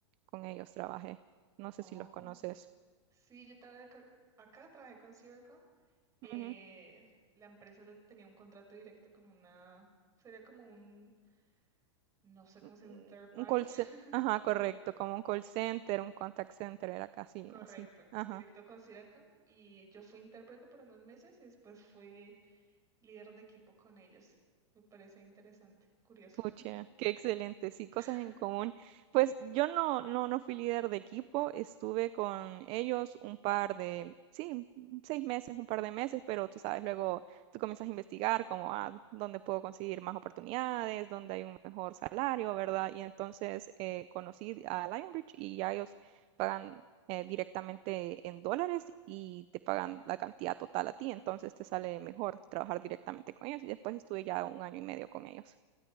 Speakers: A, on the right; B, on the right.
A: con ellos trabajé, no sé
B: Oh,
A: si los conoces.
B: Sí, yo estaba acá, acá trabajé con Siricon eh,
A: Ujú.
B: la empresa le tenía un contrato directo con una, sería como un, no sé cómo
A: Un
B: se dice, un third party.
A: un call, ce-
B: <laughs>
A: ajá, correcto,
B: Sí.
A: como un call center, un contact center, era casi
B: Correcto,
A: así, ajá.
B: directo con Siracom. Y yo fui intérprete por unos meses y después fui líder de equipo con ellos. Me parece interesante, curioso.
A: Pucha, qué excelente, sí, cosas
B: <laughs>
A: en común. Pues yo no, no, no fui líder de equipo, estuve con ellos un par de, sí, seis meses, un par de meses, pero tú sabes, luego tú comienzas a investigar como, ah, dónde puedo conseguir más oportunidades, dónde hay un mejor salario, ¿verdad? Y entonces eh, conocí a Lionbridge y ya ellos pagan eh, directamente en dólares y te pagan la cantidad total a ti, entonces te sale mejor trabajar directamente con ellos y después estuve ya un año y medio con ellos.